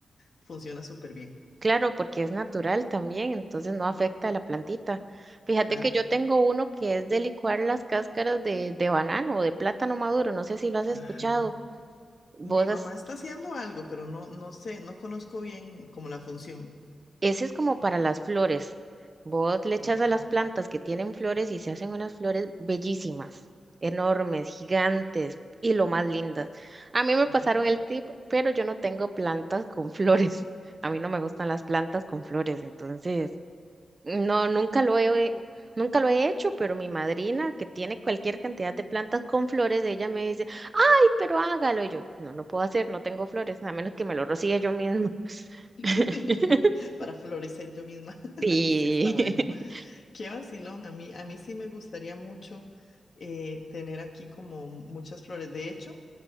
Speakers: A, on the left; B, on the right.
A: funciona súper bien.
B: Claro, porque es natural también, entonces
A: Ujú,
B: no afecta a la plantita. Fíjate
A: claro.
B: que yo tengo uno que es de licuar las cáscaras de, de banano o de plátano maduro, no sé si lo has
A: Ajá.
B: escuchado. Vos,
A: Mi mamá
B: has-
A: está haciendo algo, pero no, no sé, no conozco bien como la función.
B: ese es como para las flores. Vos le echas
A: Ok.
B: a las plantas que tienen flores y se hacen unas flores bellísimas, enormes, gigantes y lo más lindas. A mí me
A: Ah.
B: pasaron el tip, pero yo no tengo plantas con flores. <laughs> A mí no me gustan las plantas con flores, entonces... No, nunca lo he, nunca lo he hecho, pero mi madrina, que tiene cualquier cantidad de plantas con flores, ella me dice, ay, pero hágalo. Y yo, no lo puedo hacer, no tengo flores, a menos que me lo rocíe yo misma. <laughs>
A: <laughs> Para florecer yo misma. <laughs>
B: Sí.
A: Sí, está bueno.
B: <laughs>
A: Qué vacilón, a mí, a mí sí me gustaría mucho eh, tener aquí como muchas flores. De hecho,